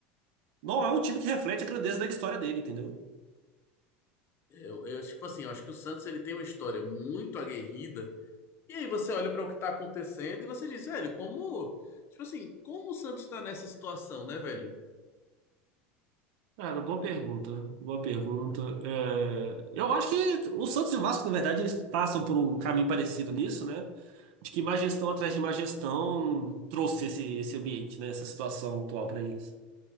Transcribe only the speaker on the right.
não é um time que reflete a grandeza da história dele, entendeu?
Cara, boa pergunta, boa pergunta. É, eu acho que o Santos e o Vasco, na verdade, eles passam por um caminho parecido nisso, né? De que má gestão atrás de má gestão trouxe esse, esse ambiente, né? Essa situação atual para eles.